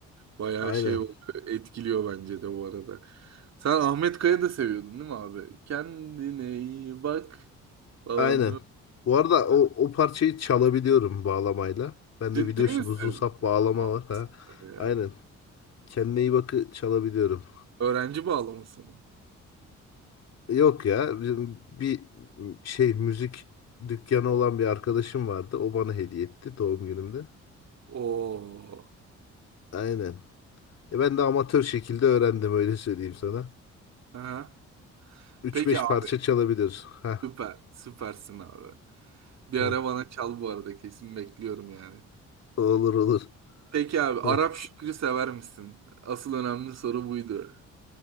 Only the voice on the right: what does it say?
Bayağı
şey oluyor, etkiliyor bence de bu arada. Sen Ahmet Kaya da seviyordun değil mi abi? Kendine iyi bak falan.
değil mi?
Sen-
Ciddi
misin?
Vay
be.
Öğrenci bağlaması mı?
Oo.
Aha.
Peki
abi.
Süper. Süpersin abi. Bir
ara bana çal bu arada. Kesin bekliyorum yani.
Peki abi Arap
Şükrü sever misin? Asıl önemli soru buydu.